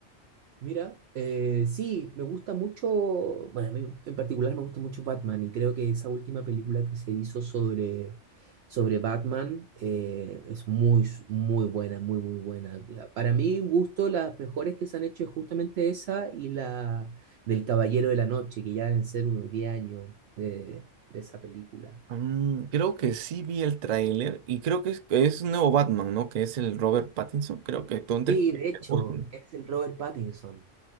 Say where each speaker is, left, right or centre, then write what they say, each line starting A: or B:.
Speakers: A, on the right; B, on the right.
A: Mira, eh, sí, me gusta mucho, bueno, a mí en particular me gusta mucho Batman y creo que esa última película que se hizo sobre, sobre Batman eh, es muy, s- muy buena, muy, muy buena. La- Para mí, un gusto, las mejores que se han hecho es justamente esa y la del Caballero de la Noche, que ya deben ser unos 10 años de, de esa película.
B: Mm, creo que sí vi el tráiler y creo que es, es un nuevo Batman, ¿no? Que es el Robert Pattinson, creo que todo entre
A: Sí, de hecho,
B: Crepúsculo.
A: es el Robert Pattinson.